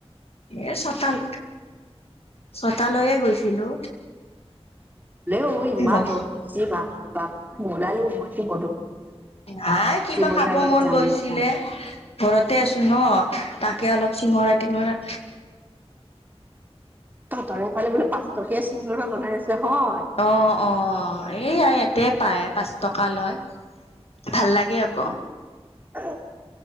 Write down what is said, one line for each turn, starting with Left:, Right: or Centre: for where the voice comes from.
Left: এ ছতাল ছতালৈয়ে গৈছিলো।
Right: হ'লেও ইমান
Left: কি ক'ম
Right: ৰ'দ দিছে বাপৰে বাপ নুলালেও নহয়।
Left: নাই কিবা
Right: বজাৰত
Left: খাব মন
Right: যাম
Left: গৈছিলে ঘৰতে আছো ন তাক কে অলপ চিঙৰা টিঙৰা।
Right: তহঁতৰ এইফালে বোলে পাঁচ টকীয়া চিঙৰা বনাই আছে হয়
Left: অ অ এইয়া ইয়াত। তে পায় পাঁচ টকা লয় ভাল লাগে আকৌ
Right: উ।